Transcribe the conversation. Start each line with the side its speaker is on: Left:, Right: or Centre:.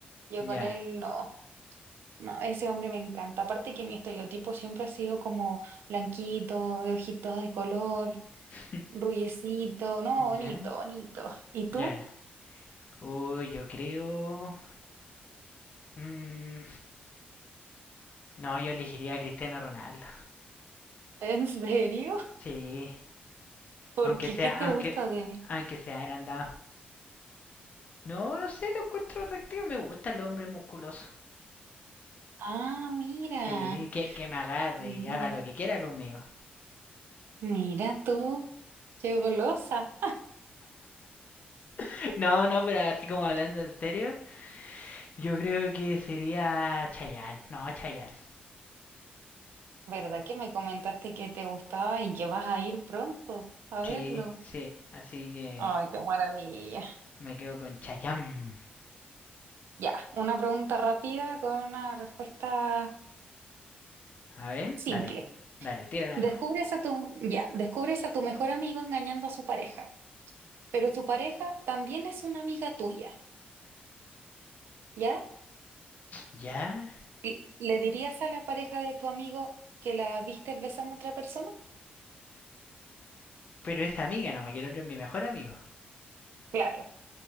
Right: Yo
Left: Ya,
Right: con él no. No, ese hombre me encanta. Aparte que mi estereotipo siempre ha sido como blanquito, de ojitos de color,
Left: <laughs>
Right: rubiecito, no, bonito,
Left: ya,
Right: bonito. ¿Y tú?
Left: ya. Uy, yo creo... mm, No, yo elegiría a Cristiano Ronaldo.
Right: <laughs> ¿En serio?
Left: Sí,
Right: ¿Por
Left: aunque
Right: qué?
Left: sea,
Right: ¿Qué te
Left: aunque,
Right: gusta de él?
Left: aunque sea agrandado. No, no sé, lo encuentro atractivo. Me gusta el hombre musculoso.
Right: Ah, mira,
Left: Sí, que, que me agarre
Right: mira,
Left: y haga lo que quiera conmigo.
Right: mira tú, qué golosa.
Left: <laughs> No, no, pero así como hablando en serio, yo creo que sería Chayanne. No, Chayanne.
Right: ¿Verdad que me comentaste que te gustaba y que vas a ir pronto a
Left: Sí,
Right: verlo?
Left: sí, así que
Right: Ay, qué maravilla.
Left: me quedo con Chayanne.
Right: Ya, una pregunta rápida con una respuesta
Left: A ver,
Right: simple.
Left: dale, dale, tírala
Right: Descubres
Left: nomás.
Right: a tu, ya, descubres a tu mejor amigo engañando a su pareja, pero tu pareja también es una amiga tuya, ¿ya?
Left: Ya,
Right: ¿Y ¿Le dirías a la pareja de tu amigo que la viste besando a otra persona?
Left: pero es amiga nomás, que el otro es mi mejor amigo.
Right: Claro.